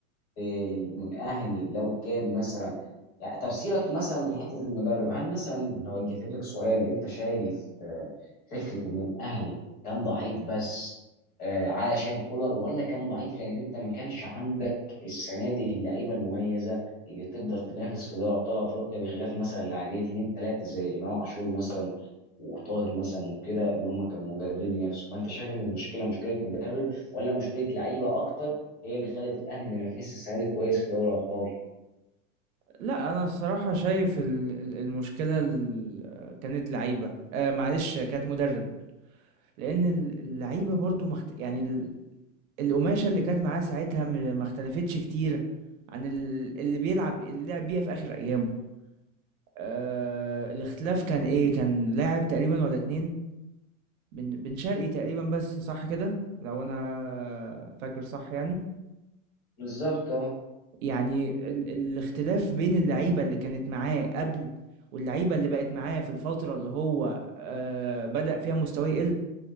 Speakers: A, on the left; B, on the right.
A: إيه، ان الاهلي لو كان مثلا يعني طب سيبك مثلا من حته المدرب هل مثلا لو وجهت لك سؤال انت شايف آه، فكره ان الاهلي كان ضعيف بس آه، علشان كولر ولا كان ضعيف لان انت ما كانش عندك السنه دي اللعيبه المميزه اللي تقدر تنافس في دوري ابطال افريقيا بخلاف مثلا لاعبين اثنين ثلاثه زي امام عاشور مثلا وطاهر مثلا وكده ان هم كانوا قادرين ينافسوا فانت شايف ان المشكله مشكله مدرب ولا مشكله لعيبه اكتر هي اللي خلت الاهلي ما ينافسش السنه دي كويس في دوري الابطال
B: لا انا الصراحة شايف ال- ال- المشكلة ال- كانت لعيبة آه معلش كانت مدرب لان ال- اللعيبة برضو مخت... يعني ال- القماشة اللي كانت معاه ساعتها م- ما اختلفتش كتير عن ال- اللي بيلعب اللي لعب بيها في اخر ايامه آه الاختلاف كان ايه كان لاعب تقريبا ولا اتنين بن بن شرقي تقريبا بس صح كده لو انا فاكر صح يعني
A: بالظبط اه
B: يعني ال الاختلاف بين اللعيبه اللي كانت معاه قبل واللعيبه اللي بقت معاه في الفتره اللي هو آه بدأ فيها مستواه يقل